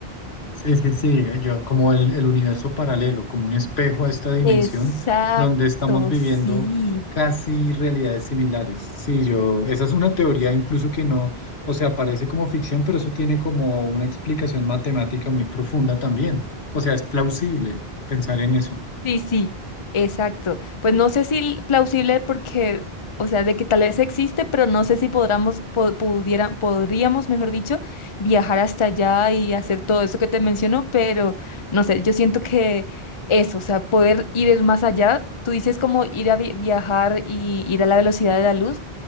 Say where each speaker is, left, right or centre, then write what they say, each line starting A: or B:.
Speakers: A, on the left (about 85°); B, on the left (about 35°).
A: Sí, sí, sí, eh, yo como el, el universo paralelo, como un espejo a esta dimensión
B: Exacto,
A: donde estamos viviendo
B: sí,
A: casi realidades similares. Sí, yo, esa es una teoría incluso que no, o sea, parece como ficción, pero eso tiene como una explicación matemática muy profunda también. O sea, es plausible pensar en eso.
B: Sí, sí, exacto. Pues no sé si l- plausible porque, o sea, de que tal vez existe, pero no sé si podríamos, pudieran, podríamos, mejor dicho, viajar hasta allá y hacer todo eso que te menciono, pero no sé, yo siento que eso, o sea, poder ir más allá, tú dices como ir a vi- viajar y ir a la velocidad de la luz,